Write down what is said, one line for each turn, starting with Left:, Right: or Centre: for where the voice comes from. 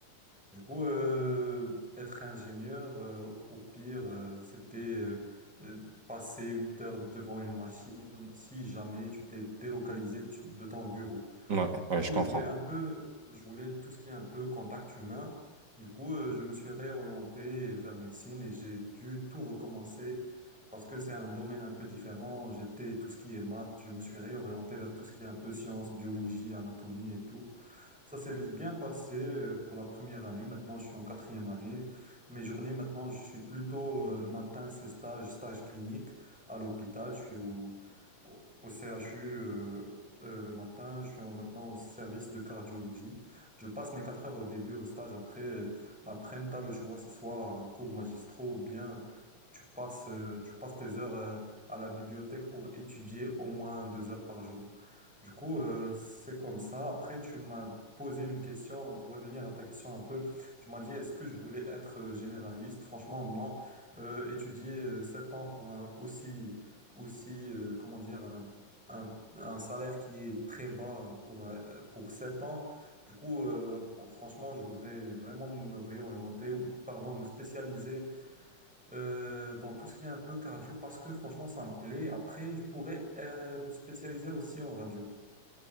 Centre: Du coup, euh, être ingénieur, euh, au pire, euh, c'était, euh, euh, passer huit heures devant une machine si jamais tu t'es délocalisé de ton bureau.
Right: Ouais,
Centre: Du
Right: ouais,
Centre: coup,
Right: je comprends.
Centre: je voulais un peu, je voulais tout ce qui est un peu contact humain. Du coup, euh, je me suis réorienté vers médecine et j'ai dû tout recommencer parce que c'est un domaine un peu différent. J'étais tout ce qui est maths, je me suis réorienté vers tout ce qui est un peu sciences, biologie, anatomie et tout. Ça s'est bien passé euh, pour la première année. Maintenant, je suis en quatrième année. Mes journées, maintenant, je suis plutôt euh, le matin, c'est stage, stage clinique à l'hôpital. Je suis au, au, au CHU euh, euh, le matin. Je suis en- maintenant au service de cardiologie. Je passe mes quatre heures au début au stage. Après, euh, l'après-midi, t'as le choix. C'est soit euh, cours magistraux ou bien tu passes, euh, tu passes tes heures euh, à la bibliothèque pour étudier au moins deux heures par jour. Du coup, euh, c'est comme ça. Après, tu m'as posé une question pour revenir à ta question un peu. Tu m'as dit, est-ce que je voulais être euh, généraliste? Franchement, non. Euh, étudier euh, sept ans pour un aussi, aussi, euh, comment dire, un, un, un salaire qui est très bas pour, euh, pour sept ans. Du coup, euh, franchement, je voudrais vraiment me réorienter, ou- pardon, me spécialiser euh, dans tout ce qui est un peu cardio parce que franchement, ça me plaît. Après, je pourrais euh, me spécialiser aussi en radio.